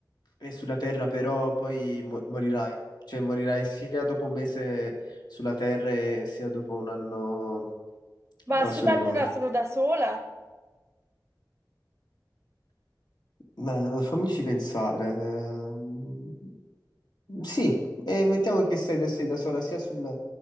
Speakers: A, on the left; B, on the right.
A: è sulla Terra, però poi mo- morirai. Cioè, morirai sia dopo un mese sulla Terra e sia dopo un anno,
B: Ma
A: eh,
B: sulla
A: sulla
B: luna
A: Luna.
B: sono da sola?
A: Beh, fammici pensare. Ehm, Sì, e mettiamo che sei da, sei da sola sia sul-